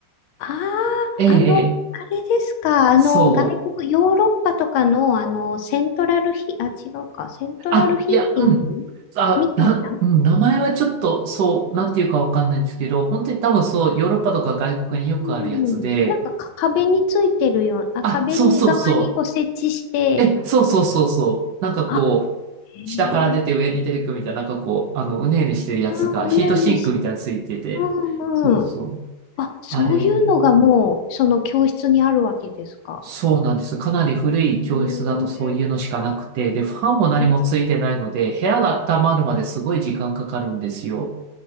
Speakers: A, on the left; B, on the right.
A: ああ、
B: ええ、
A: あの、
B: ええ、
A: あれですか。あの、
B: そう。
A: 外国、ヨーロッパとかの、あの、セントラルヒ、あ、違うか。セントラルヒーティングみたいな。
B: あ、いや、うん。あ、な、うん名前はちょっと、そう、なんていうかわかんないんですけど、本当に多分そう、ヨーロッパとか外国によくあるやつで、
A: うん。なんか、か壁についてるような、
B: あ、
A: あ壁に側にこう設置して、
B: そうそうそう。え、そうそうそうそう。なんかこう、
A: あ、へえ。
B: 下から出て上に出てくみたいな、なんかこう、あの、うねうねしてるやつが、
A: うん、
B: ヒートシンクみたいなのついてて。
A: うねうねし、うんうん。
B: そうそう。
A: あ、そういうのがもう、
B: あれ、
A: その教室にあるわけですか。
B: そうなんです。かなり古い教室だとそういうのしかなくて、
A: へ
B: で、ファンも何もついてないので、
A: え。え、
B: 部屋が温まるまですごい時間かかるんですよ。